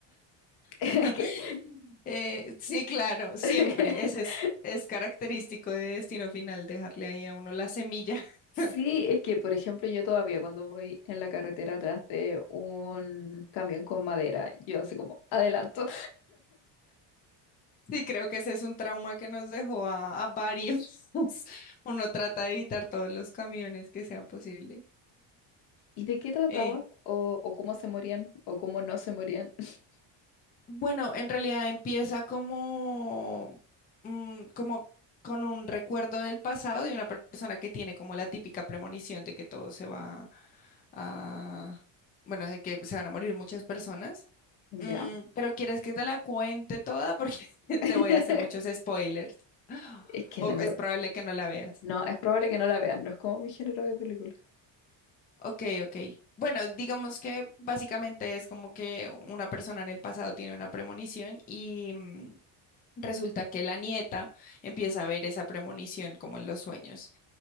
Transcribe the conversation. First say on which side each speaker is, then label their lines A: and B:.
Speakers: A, on the left (about 65°); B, on the left (about 20°).
A: <laughs> Es
B: <laughs>
A: que...
B: Eh, sí, claro, siempre.
A: <laughs>
B: Ese es, es característico de Destino Final, dejarle ahí a uno la semilla. <laughs>
A: Sí, es que, por ejemplo, yo todavía cuando voy en la carretera atrás de un camión con madera, yo así como adelanto.
B: Sí, creo que ese es un trauma que nos dejó a, a varios. <laughs> Uno trata de evitar todos los camiones que sea posible.
A: ¿Y de qué trataba?
B: Eh,
A: ¿O, o cómo se morían? ¿O cómo no se morían? <laughs>
B: Bueno, en realidad empieza como, mm, como con un recuerdo del pasado de una persona que tiene como la típica premonición de que todo se va a, bueno, de que se van a morir muchas personas.
A: ¿Ya?
B: Mm, pero ¿quieres que te la cuente toda? Porque <laughs>
A: <laughs>
B: te voy a hacer muchos spoilers. <gasps>
A: Es que
B: O
A: la verdad.
B: es probable que no la veas.
A: No, es probable que no la veas, no es como mi género de película.
B: Ok, ok. Bueno, digamos que básicamente es como que una persona en el pasado tiene una premonición y mm, resulta que la nieta empieza a ver esa premonición como en los sueños.